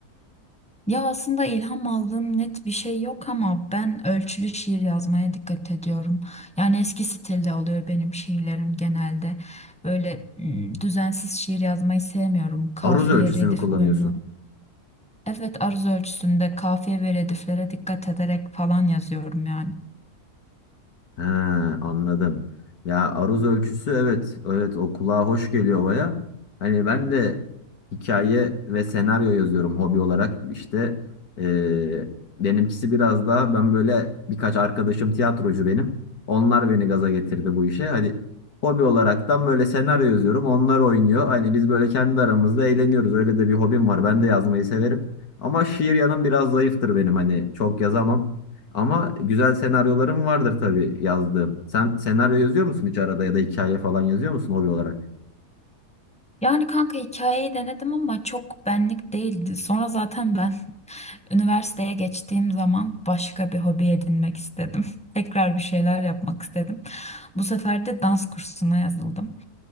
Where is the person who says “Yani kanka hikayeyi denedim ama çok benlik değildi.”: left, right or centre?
Centre